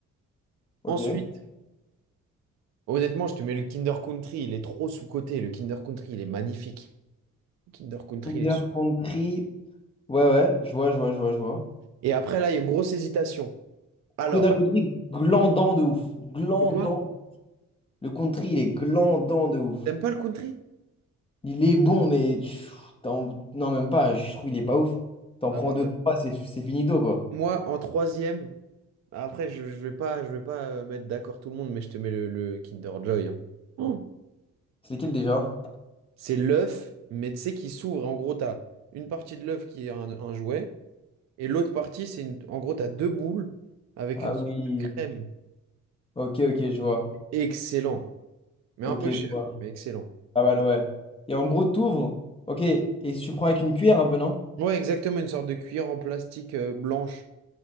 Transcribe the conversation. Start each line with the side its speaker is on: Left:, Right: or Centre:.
Left: ok.
Right: Ensuite, honnêtement, je te mets le Kinder Country. Il est trop sous-coté. Le Kinder Country, il est magnifique. Le Kinder Country,
Left: Kinder
Right: il est super.
Left: Country. Ouais, ouais, je vois, je vois, je vois, je vois.
Right: Et après, là, il y a une grosse hésitation. Alors,
Left: Kinder Country, glandant de ouf. Glandant.
Right: de quoi?
Left: Le country, il est glandant de ouf.
Right: T'aimes pas le country?
Left: Il est bon, mais tu- t'en- non, même pas. Je trouve il est pas ouf. T'en
Right: Ah
Left: prends
Right: ouais,
Left: deux,
Right: moi.
Left: trois, c'est c'est finito, quoi.
Right: Moi, en troisième, après, je, je vais pas, je vais pas euh, mettre d'accord tout le monde, mais je te mets le, le Kinder Joy. hein. Oh.
Left: C'est lequel déjà?
Right: C'est l'œuf, mais tu sais, qui s'ouvre. En gros, tu as une partie de l'œuf qui est un, un jouet, et l'autre partie, c'est une... en gros, tu as deux boules avec
Left: Ah
Right: une sorte
Left: oui.
Right: de crème.
Left: Ok, ok, je vois.
Right: Excellent, mais
Left: Ok,
Right: un peu
Left: je
Right: cher,
Left: vois.
Right: mais excellent.
Left: Pas mal, ouais. Et en gros, t'ouvres. Ok, et tu prends avec une cuillère un peu, non?
Right: Ouais, exactement, une sorte de cuillère en plastique euh, blanche.